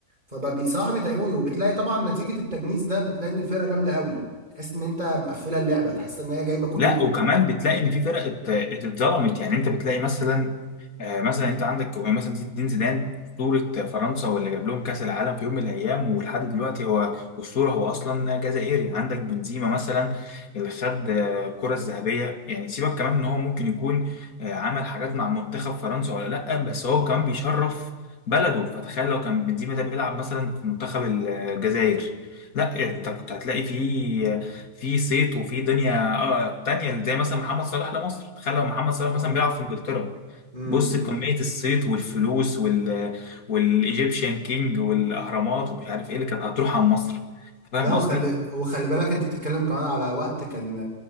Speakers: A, on the right (about 30°); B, on the left (about 70°).
A: فبقى بصراحة بيضايقوني وبتلاقي طبعا نتيجة التجنيس ده بتلاقي ان الفرقة جامدة قوي تحس ان انت مقفلة اللعبة تحس ان هي جايبة كل
B: لا
A: النجوم.
B: وكمان بتلاقي ان في فرق ات- ات- اتظلمت يعني انت بتلاقي مثلا آه، مثلا انت عندك يعني مثلا زين الدين زيدان اسطوره فرنسا واللي جاب لهم كاس العالم في يوم من الايام ولحد دلوقتي هو اسطوره هو اصلا جزائري عندك بنزيما مثلا اللي خد آه، الكره الذهبيه يعني سيبك كمان ان هو ممكن يكون آه، عمل حاجات مع منتخب فرنسا ولا لا بس هو كمان بيشرف بلده فتخيل لو كان بنزيما ده بيلعب مثلا في منتخب الجزائر لا انت كنت هتلاقي فيه في صيت وفي دنيا اه تانية زي مثلا محمد صلاح لمصر تخيل لو محمد صلاح
A: طبعا
B: مثلا بيلعب في انجلترا
A: امم
B: بص
A: أمم.
B: كمية الصيت والفلوس وال والايجيبشن كينج والاهرامات ومش عارف ايه اللي كانت هتروح عن مصر فاهم
A: لا
B: قصدي؟
A: وخلي وخلي بالك انت بتتكلم كمان على وقت كان